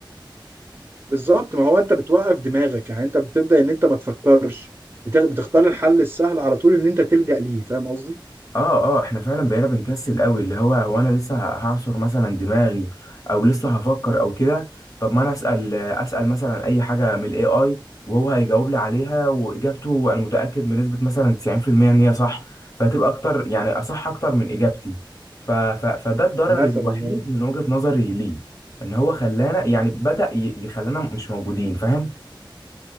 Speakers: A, on the right; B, on the left.
A: بالظبط ما هو انت بتوقف دماغك يعني انت بتبدا ان انت ما تفكرش بتغ- بتختار الحل السهل على طول ان انت تلجأ ليه فاهم قصدي
B: اه اه احنا فعلا بقينا بنكسل قوي اللي هو هو انا لسه ه- هعصر مثلا دماغي او لسه هفكر او كده طب ما انا اسال اسال مثلا اي حاجه من الاي اي وهو هيجاوب لي عليها واجابته انا متاكد بنسبه مثلا 90% ان هي صح فهتبقى اكتر يعني اصح اكتر من اجابتي ف ف فده الضرر
A: مثلا
B: الوحيد
A: يعني
B: من وجهه نظري ليه ان هو خلانا يعني بدا ي- يخلانا مش موجودين فاهم